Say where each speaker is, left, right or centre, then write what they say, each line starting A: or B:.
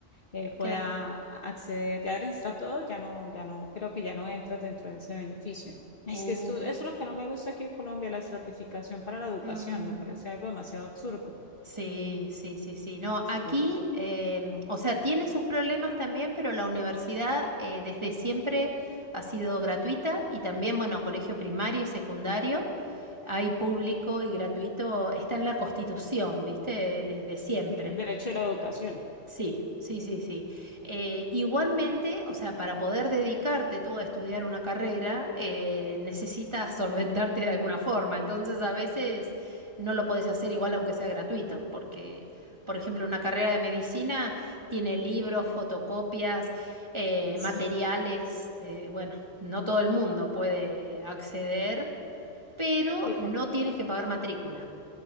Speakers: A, on the left (about 45°); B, on the right (about 20°).
A: eh, pueda
B: claro.
A: acceder. Ya registra todo, ya no, ya no, creo que ya no entras dentro de ese beneficio. Ay,
B: Uf,
A: Es que esto, eso es lo que no me gusta aquí en Colombia, la estratificación para la educación,
B: mm,
A: me parece algo demasiado absurdo.
B: sí, sí, sí, sí. No,
A: Sí,
B: aquí,
A: o sea,
B: em, o sea, tiene sus problemas también, pero la universidad eh, desde siempre ha sido gratuita y también, bueno, colegio primario y secundario, hay público y gratuito, está en la Constitución, ¿viste? Desde siempre.
A: sí, el derecho de la educación.
B: Sí, sí, sí, sí. Eh, igualmente, o sea, para poder dedicarte tú a estudiar una carrera, eh, necesitas solventarte de alguna forma. Entonces, a veces no lo podés hacer igual aunque sea gratuito, porque, por ejemplo, una carrera de medicina tiene libros, fotocopias, eh,
A: Sí.
B: materiales. eh, bueno, no todo el mundo puede acceder, pero
A: Sí,
B: no
A: por-
B: tienes que pagar matrícula.